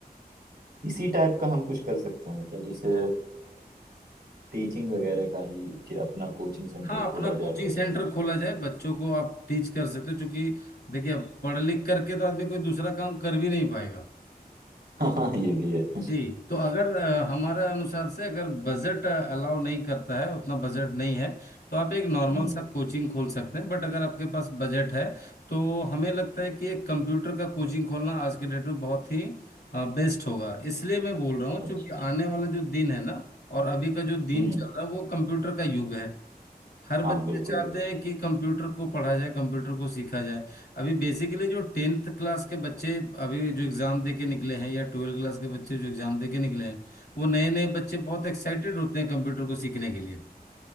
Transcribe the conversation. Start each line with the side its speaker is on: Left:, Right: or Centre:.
Right: इसी टाइप का हम कुछ कर सकते हैं क्या जैसे टीचिंग वगैरह का ही कि अपना कोचिंग सेंटर
Left: हाँ अपना
Right: खोला
Left: कोचिंग
Right: जाए ऐसा
Left: सेंटर
Right: कुछ
Left: खोला जाए बच्चों को आप टीच कर सकते हो क्योंकि देखिए अब पढ़ लिख करके तो आदमी कोई दूसरा काम कर भी नहीं पाएगा
Right: <laughs> हाँ हाँ, ये भी है
Left: जी तो अगर अ, हमारे अनुसार से अगर बजट अलाउ नहीं करता है उतना बजट नहीं है तो आप एक नॉर्मल
Right: हम्म
Left: सा कोचिंग खोल सकते हैं बट अगर आपके पास बजट है तो हमें लगता है कि एक कंप्यूटर का कोचिंग खोलना आज के डेट में बहुत ही बेस्ट होगा इसलिए मैं बोल रहा हूँ
Right: अच्छा
Left: क्योंकि आने वाला जो दिन है ना और अभी का जो दिन
Right: हम्म
Left: चल रहा है वो कंप्यूटर का युग है हर बच्चे
Right: हाँ बिल्कुल
Left: चाहते
Right: बिल्कुल
Left: हैं कि कंप्यूटर को पढ़ा जाए कंप्यूटर को सीखा जाए अभी बेसिकली जो टेंथ क्लास के बच्चे अभी जो एग्जाम दे के निकले हैं या ट्वेल्थ क्लास के बच्चे जो एग्जाम दे के निकले हैं वो नए नए बच्चे बहुत एक्साइटेड होते हैं कंप्यूटर को सीखने के लिए